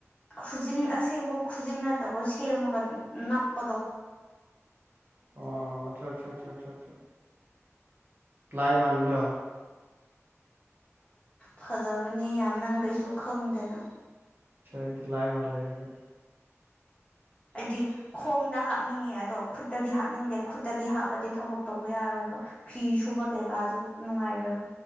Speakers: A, on the left (about 25°); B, on the right (about 40°).
A: ꯈꯨꯖꯤꯟ ꯑꯁꯦꯡꯕ ꯈꯨꯖꯤꯟꯅꯠꯇꯕ ꯁꯦꯝꯃꯒ ꯅꯞꯄꯗꯣ
B: ꯑꯣ ꯑꯆꯥ ꯑꯆꯥ ꯂꯥꯏꯃꯟꯗ
A: ꯐꯖꯕꯅꯦ ꯌꯥꯝ ꯅꯪ ꯀꯩꯁꯨ ꯈꯪꯗꯦꯅ
B: ꯁꯗꯤ ꯂꯥꯏ ꯃꯥ ꯂꯩꯔꯒꯦ
A: ꯍꯥꯏꯗꯤ ꯈꯣꯡꯗ ꯍꯥꯞꯅꯤꯡꯉꯦ ꯑꯗꯣ ꯈꯨꯠꯇꯗꯤ ꯍꯥꯞꯅꯤꯡꯗꯦ ꯈꯨꯠꯇꯗꯤ ꯍꯥꯞꯄꯗꯤ ꯊꯕꯛ ꯇꯧꯕ ꯌꯥꯔꯣꯏꯕ ꯐꯤ ꯁꯨꯕ ꯀꯩꯀꯥꯁꯨ ꯅꯨꯡꯉꯥꯏꯔꯣꯏ